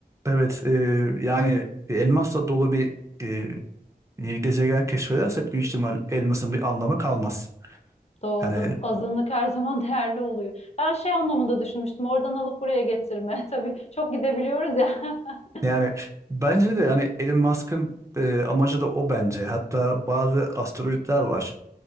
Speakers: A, on the right (about 20°); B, on the left (about 40°).
A: Evet e, yani elmasla dolu bir e, gezegen keşfedersek büyük ihtimal elmasın bir anlamı kalmaz.
B: Doğru.
A: Yani
B: Azınlık her <laughs> zaman değerli oluyor. Ben şey anlamında düşünmüştüm. Oradan alıp buraya getirme. <laughs> Tabii çok gidebiliyoruz ya. <laughs>
A: yani bence de yani Elon Musk'ın e, amacı da o bence. Hatta bazı asteroidler var.